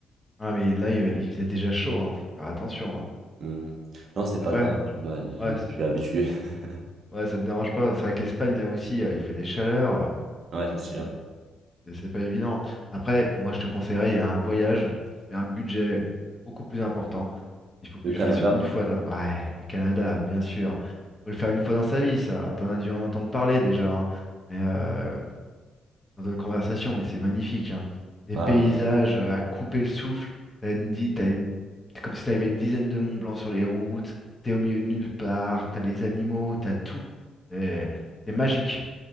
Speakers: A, on the left; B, on the right.
A: Ah, mais là, il, il faisait déjà chaud, hein, faut faire attention. hein.
B: Hmm. Non, c'est
A: Après,
B: pas grave, tu vois, le-
A: ouais, c-
B: je suis habitué. <laughs>
A: ouais, ça te dérange pas. C'est vrai que l'Espagne, là aussi, euh, il fait des chaleurs. euh,
B: Ouais, c'est
A: donc
B: sûr.
A: bon. Et C'est pas évident. Après, moi, je te conseillerais il y a un voyage. C'est un budget beaucoup plus important. Il faut que
B: Le
A: tu le
B: Canada.
A: fasses une fois dans... Ouais, le Canada, bien sûr. Faut le faire une fois dans sa vie, ça. T'en as dû en entendre parler déjà, hein. Mais euh, dans d'autres conversations, mais c'est magnifique, hein. Des
B: Ouais,
A: paysages
B: ouais.
A: euh, à couper le souffle. T'as une, di- t'as une... C'est comme si t'avais une dizaine de Mont Blanc sur les routes. T'es au milieu de nulle part. T'as les animaux, t'as tout. C'est c'est magique.